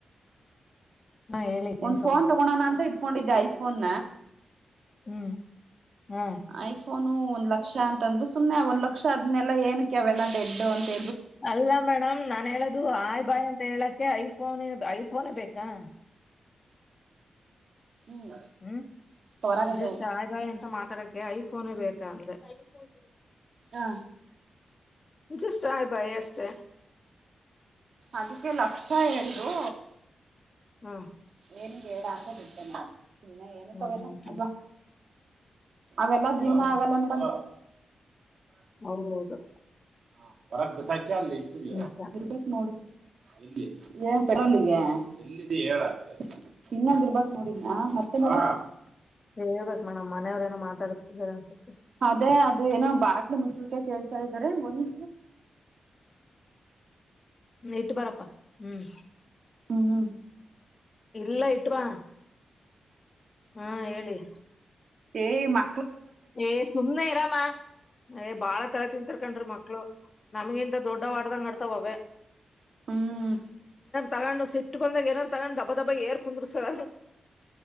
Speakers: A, on the left; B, on the right.
A: ಹಾ ಹೇಳಿ
B: ಒಂದ್
A: ಏನ್
B: ಫೋನ್
A: ಸಮಾಚಾರ
B: ತಗೋಳೋಣ ಅಂತ ಇಟ್ಕೊಂಡಿದ್ದೆ ಐಫೋನ್
A: ಹ್ಮ್ ಹಾ
B: ಆಯಫೋನ್ ಅವನು ಒಂದ ಲಕ್ಷ ಅಂತ ಅಂದ್ರೆ ಸುಮನೆ ಒಂದ ಲಕ್ಷ ಅದ್ನೆಲ್ಲಾ ಏನಕ್ಕೆ ಅವೆಲ್ಲಾ ಡೆಡ್ ಅಂತಿ
A: ಅಲ್ಲ ಮೇಡಮ್ ನಾನನ್ ಹೇಳದು ಆಯ್ ಬಾಯಿ ಅಂತ ಹೇಳಕ್ಕೆ ಐಫೋನ್ ಐಫೋನ್ ಬೇಕಾ
B: ಹ್ಮ್
A: ಹ್ಮ್
B: ಹೊರಗಿದವು
A: ಜಸ್ಟ್ ಸಾಯ್ ಬಾಯಿ ಎಂತ ಮಾತಾಡಕ್ಕೆ ಯ ಫೋನ ಬೇಕ <unintelligible>
B: ಹಾ
A: ಜಸ್ಟ್ ಆಯ್ ಬಾಯ್ ಅಷ್ಟೆ
B: ಅದಕ್ಕೆ ಲಕ್ಷ ಹೇಳಿರು.
A: ಹ್ಮ
B: ಏನು ಬೇಡ ಅಂತ ಬಿಟ್ಟೇ ನಾನು ಸುಮ್ನೆ ಏನಕ್
A: ಹ್ಮ್
B: ಅವೆಲ್ಲ
A: ಹ್ಮ್
B: ಅಲ್ವಾ. ಅವೆಲ್ಲಾ ಜೀವನಾ
A: ಹ್ಮ್
B: ಆಗಲ್ಲ ಮೇಡಮ್.
A: ಹೌದೌದು.
B: ಹ ಹೊರಕ್ ಬಿಸಾಕಿ ಅಲ್ಲಿ ಇಟ್ಟಿದಿಯ
A: ನಿಜ
B: ಇರ್ಬೇಕ ನೋಡು ಎಲ್ಲಿ. ಏ ಪೇಟ್ರೋಲ್ಗೇ
A: ಹ್ಮ್
B: ಎಲ್ಲಿದಿ ಹೇಳ್ ಅಷ್ಟೆ. ಇನ್ನೊಂದ್ ಇರ್ಬಕ್ ನೋಡಿದ್ನ ಮತ್ತೆ ನೋಡು.
A: ಹೇಳ ಬೆಕ್ ಮೇಡಮ್ ಮನೆಯವ್ರೇನೊ ಮಾತಾಡ್ಸ್ತಿದಾರೆ ಅನ್ಸುತ್ತ.
B: ಅದೇ ಅದು ಏನೋ ಬಾಟ್ಲಿ ಮುಚ್ಚಳ್ಕೆ ಕೇಳ್ತಾ ಇದಾರೆ ಒಂದು.
A: ಹ್ಮ ಇಟ್ಟು ಬಾರಪ್ಪ ಹ್ಮ್.
B: ಹ್ಮ್
A: ಇಲ್ಲೆ ಇಟ್ವ ಬಾ ಹಾ ಹೇಳಿ.
B: ಎ ಮಾ.
A: ಏ ಸುಮ್ನೆ ಇರಮಾ ಏ ಬಾಳಾ ತಲೆ ತಿಂತರ್ ಕಂಡ್ರಿ ಮಕ್ಳು ನಮಗಿಂತ. ದೊಡ್ಡವ ಆಡದಂಗ್ ಆಡ್ತಾವ್ ಅವೇ.
B: ಹ್ಮ್
A: ತಗಂಡು ಸಿಟ್ಟುಬಂದಂಗ್ ಏನರ ತಗಂಡ್ ದಬ ದಬ ಹೇರ್. ಕುಂದ್ರ ಸರ